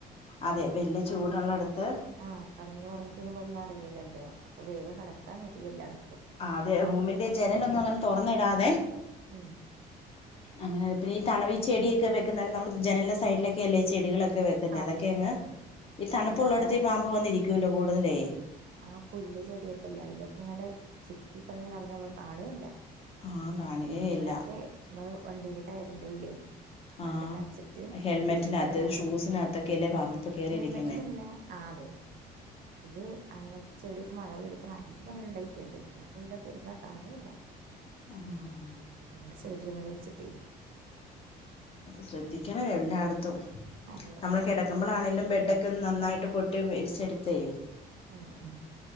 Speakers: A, on the left (about 35°); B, on the right (about 60°).
A: അതെ വെല്യ ചൂട്ള്ളെട്ത്ത്
B: ആഹ് കടന്ന് ഒറങ്ങി പോവുമ്പ ഒന്നും അറിയൂലല്ലോ അപ്പൊ വേഗം കെടക്കാൻ നേരത്ത് ജൻലടക്കും
A: ആഹ് അതെ റൂമിന്റെ ജനലൊന്നും അങ്ങെനെ തൊറന്നിടാതെ
B: ഉം
A: അങ്ങെനെ പിന്നെ ഈ തണലി ചെട്യൊക്കെ വെക്ക്ന്നത് നമ്മള് ജനലിന്റെ സൈഡിലൊക്കെല്ലേ ചെടികളൊക്കെ വെ ക്ക്ന്നെ
B: അതെ
A: അതൊക്കെ അങ്ങ്
B: ഉം
A: ഈ തണ്പ്പുള്ളോടത്ത്
B: അതെ അതാ
A: ഈ പാമ്പ് വന്നിരിക്കൂല കൂട്തലേ
B: ആ പുല്ല് ചെടിയൊക്കെല്ലേ അയ്ലൊക്കെങ്ങെനെ ചുറ്റിപ്പെട്ഞ്ഞ് കെടന്ന നമ്മള് കാണേല്ല
A: ആഹ് കാണുകേയില്ല
B: ഇവടെക്കെ വ വണ്ടീന്റെ ടയറിന്റെ ഉള്ളി
A: ആഹ്
B: മണ്ണ് നെർച്ചിട്ട്
A: ഹെൽമെറ്റിനകത്ത്
B: ആ പുല്ല് ചെടി നെറയും
A: ഷൂസിനകത്തൊക്കെയല്ലേ പാമ്പിപ്പോ കേറിയിരിക്കുന്നേ
B: ഹെൽമെറ്റിലല്ലാ ആഹ് അതെ ഇത് അങ്ങൻത്തെ ചെടി ഇപ്പ മഴ പെയ്തപ്പ നല്ലങ്ങെനെണ്ടായിട്ട്ണ്ട് അയ്ന്റുള്ളിലൊക്കെ ഇര്ന്നാ കാണേല്ല
A: <unintelligible>
B: നിങ്ങൾടെ സൈഡിലിങ്ങെനെ വെച്ചിട്ടേ
A: ശ്രദ്ധിക്കണേ എല്ലാടത്തും
B: അതെ
A: നമ്മള് കെടെക്ക്മ്പളാണേലും ബെഡൊക്കൊന്ന് നന്നായിട്ട് കൊട്ടി വിരിച്ചെട്ത്തേ
B: ഉം ഉം